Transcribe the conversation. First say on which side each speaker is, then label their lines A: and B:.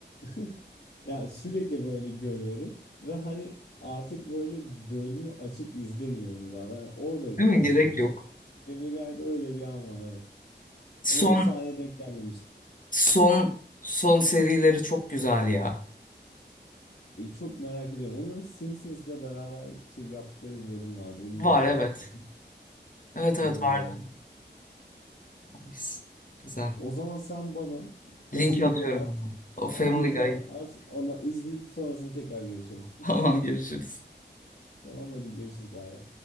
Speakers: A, on the left; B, on the left.
A: <laughs> ya sürekli böyle görüyorum ve hani artık böyle bölümü açıp izlemiyorum zaten. Orada
B: değil
A: karşıma
B: mi? Gerek
A: çıkıyor.
B: yok.
A: Family Guy'da öyle bir an var evet.
B: Son
A: Ama o sahneye denk gelmemiştim.
B: son son serileri çok güzel ya.
A: Çok merak ediyorum. Onların Simpsons'la beraber şey yaptıkları bir bölüm vardı. Onu
B: Var
A: da izlemiştim.
B: evet. Evet evet
A: Onu da
B: vardı.
A: izlemiştim.
B: Nice. Güzel.
A: O zaman sen bana o
B: Linki
A: şeyi
B: atıyorum
A: bir at.
B: hemen. O Family
A: Link
B: Guy.
A: hemen at. Onu izleyip sonrasında tekrar görüşelim.
B: <laughs> Tamam görüşürüz.
A: Tamam hadi görüşürüz. Bay bay.